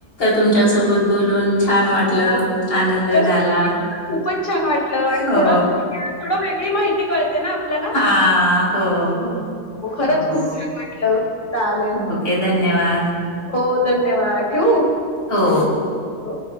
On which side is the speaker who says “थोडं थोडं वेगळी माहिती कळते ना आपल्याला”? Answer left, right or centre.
Left